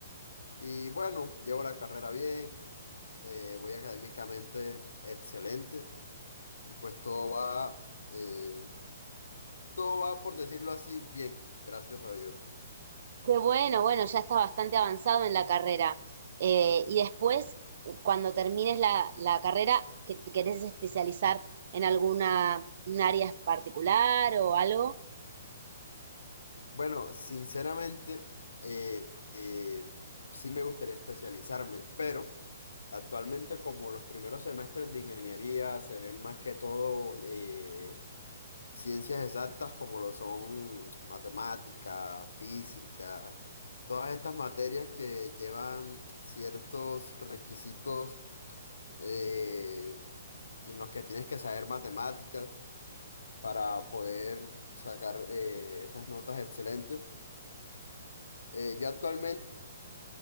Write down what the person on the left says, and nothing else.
y bueno, llevo la carrera bien, eh, voy académicamente excelente y pues todo va, eh, todo va por decirlo así, bien, gracias a Dios.
Bueno, sinceramente, eh, eh, sí me gustaría especializarme, pero actualmente como los primeros semestres de ingeniería se ven más que todo eh, ciencias exactas como lo son matemática, física, todas estas materias que llevan ciertos requisitos eh, en los que tienes que saber matemáticas para poder sacar eh, esas notas excelentes. Eh, yo actualmente,